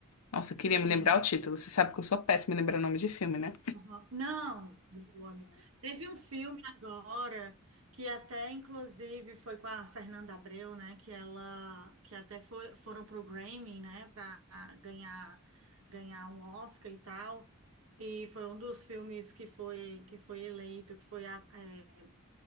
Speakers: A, on the left (about 80°); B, on the right (about 70°).
A: Nossa, eu
B: sim.
A: queria me lembrar o título. Você sabe que eu sou péssima em lembrar o nome de filme, né?
B: Aham. Não, o amigo. Teve um filme agora que até inclusive foi com a Fernanda Abreu, né? Que ela, que até foi, foram pro Grammy, né? Para ganhar, ganhar um Oscar e tal. E foi um dos filmes que foi que foi eleito, que foi a, é,